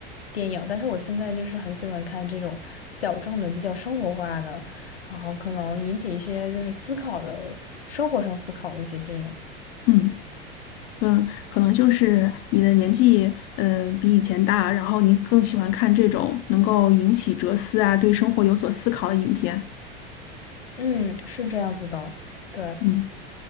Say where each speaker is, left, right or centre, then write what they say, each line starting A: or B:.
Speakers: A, on the left; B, on the left.
A: 电影，但是我现在就是很喜欢看这种小众的、比较生活化的，然后可能引起一些就是思考的、生活上思考的一些电影。
B: 嗯嗯，可能就是你的年纪呃比以前大，然后你更喜欢看这种能够引起哲思啊，对生活有所思考的影片。
A: 嗯，是这样子的，对，
B: 嗯，